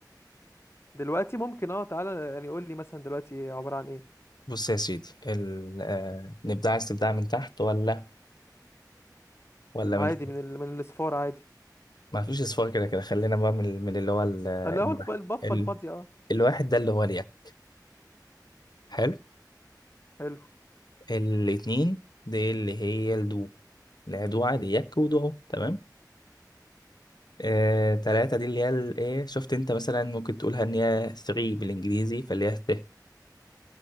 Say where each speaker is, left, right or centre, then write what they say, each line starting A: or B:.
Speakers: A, on the left (about 35°); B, on the left (about 70°).
A: دلوقتي ممكن اه تعالى يعني قول لي مثلا دلوقتي عباره عن ايه
B: بص يا سيدي ال... آه... نبدأ عايز تبدأ من تحت ولا ولا
A: عادي
B: من فوق
A: من ال... من الصفار عادي
B: ما فيش اصفار كده كده خلينا بقى من, من اللي هو ال... آه،
A: اللي
B: الواحد
A: هو الف... البفة
B: ال...
A: الفاضية اه
B: الواحد ده اللي هو اليك حلو
A: حلو
B: الاتنين دي اللي هي الدو الدوعة دي يك ودعو تمام آه... تلاتة دي اللي هي ال... ايه شفت انت مثلا ممكن تقولها ان هي 3 بالانجليزي فاللي هي ت